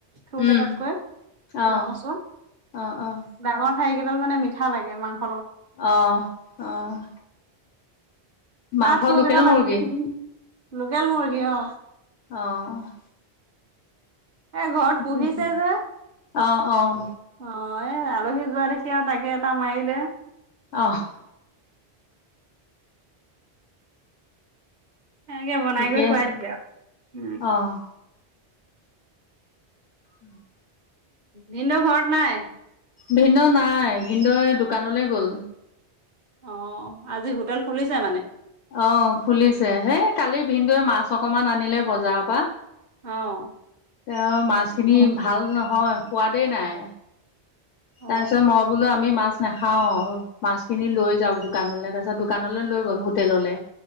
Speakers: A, on the right; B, on the left.
A: থোৰ
B: উম,
A: কেইটাতকৈ
B: অ',
A: ক'লা কচু
B: অ', অ',
A: ডাঙৰঠাৰি কেইদাল মানে মিঠা লাগে। মাংস
B: অ', অ'। মাংস
A: তাৰ থোৰ
B: লোকেল
A: আনি
B: মুৰ্গী?
A: থৈ দিম, লোকেল মুৰ্গী অ'।
B: অ'।
A: এ ঘৰত
B: ঠিকে
A: পুহিছে
B: আছে।
A: যে।
B: অ', অ',
A: অ' এই আলহী যোৱা দেখি আৰু তাকে এটা মাৰিলে।
B: অহ'।
A: সেনেকে বনাই
B: ঠিকে
A: কৰি খুৱাই
B: আছে
A: দিলে আৰু উম
B: অ'। উম
A: ভিন্দেউ ঘৰত নাই?
B: ভিন্দেউ নাই ভিন্দেউ দোকানলৈ গ'ল।
A: অ' আজি হোটেল খুলিছে মানে?
B: অ' খুলিছে। হেই কালি ভিন্দেউয়ে মাছ অকমান আনিলে বজাৰৰ পৰা।
A: অ'।
B: তেওঁ মাছখিনি
A: অ
B: ভাল নহয় সোৱাদেই নাই।
A: অ
B: তাৰ পিছত মই বোলো আমি মাছ নাখাওঁ মাছখিনি লৈ যাও দোকানলৈ। তাৰ পিছত কানলৈ লৈ গ'ল হোটেললৈ।